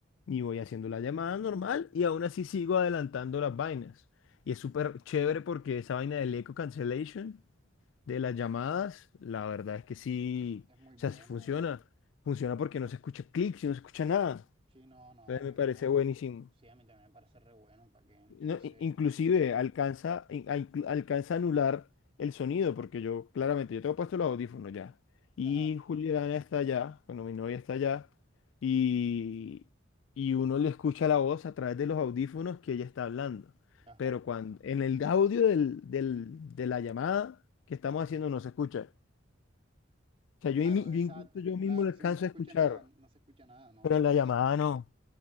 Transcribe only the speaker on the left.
y voy haciendo la llamada normal, y aún así sigo adelantando las vainas. Y es súper chévere porque esa vaina del eco cancellation de las llamadas, la verdad es que sí,
o sea, sí funciona. Funciona porque no se escucha clic, si no se escucha nada.
Entonces
me parece
buenísimo.
No, i- inclusive
alcanza, in- a inclu- alcanza a anular el sonido, porque yo claramente, yo tengo puesto los audífonos ya, y
Juliana está allá, bueno, mi novia está allá, y, y uno le escucha la voz a través de los audífonos que ella está hablando.
Pero cuando, en el audio del, del- de la llamada que estamos
haciendo no se escucha. O sea, yo,
imi- yo
incluso yo mismo
lo alcanzo
a escuchar,
pero
en
la
llamada
no.